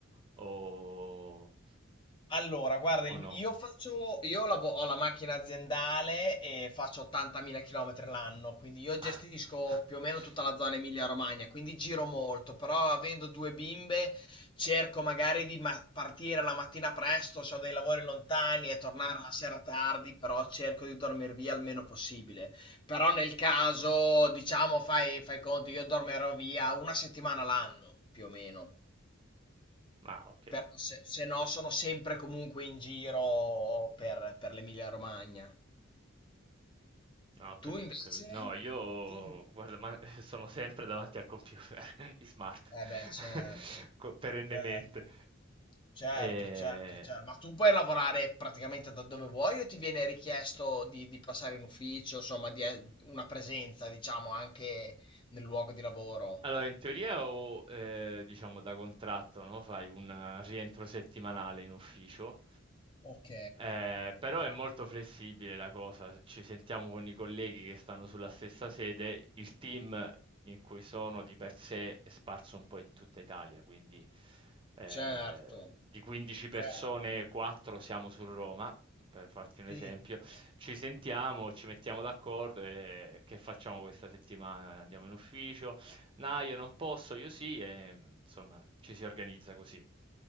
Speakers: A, on the right; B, on the left.
A: o,
B: Allora, guarda,
A: o
B: il-
A: no?
B: io faccio, io lavo- ho la macchina aziendale e faccio 80.000 km l'anno, quindi io gestisco
A: <laughs>
B: più o meno tutta la zona Emilia-Romagna, quindi giro molto, però avendo due bimbe cerco magari di ma- partire la mattina presto se ho dei lavori lontani e tornare la sera tardi, però cerco di dormire via il meno possibile. Però nel caso, diciamo, fai, fai conto, io dormirò via una settimana l'anno, più o meno.
A: Ma ok.
B: Però se, se no sono sempre comunque in giro per, per l'Emilia Romagna.
A: No, ho capito,
B: Tu invece?
A: ho capito. No, io
B: Tu... no.
A: guarda, ma <laughs> sono sempre davanti al computer, <laughs> i smart,
B: Eh beh, certo,
A: <laughs> co- perennemente.
B: certo, certo,
A: Eh,
B: certo, certo. Ma tu puoi lavorare praticamente da dove vuoi o ti viene richiesto di, di passare in ufficio, insomma, di eh, una presenza, diciamo, anche nel luogo di lavoro?
A: Allora, in teoria o eh, diciamo da contratto, no? Fai un eh, rientro settimanale in ufficio,
B: Ok,
A: eh, però è molto flessibile la cosa. Ci sentiamo con i colleghi che stanno sulla stessa sede, il team in cui sono di per sé è sparso un po' in tutta Italia, quindi eh,
B: certo,
A: di 15 persone,
B: certo.
A: 4 siamo su Roma per farti un
B: Sì.
A: esempio, ci sentiamo, ci mettiamo d'accordo e che facciamo questa settimana? Andiamo in ufficio? No, io non posso, io sì, e insomma ci si organizza così.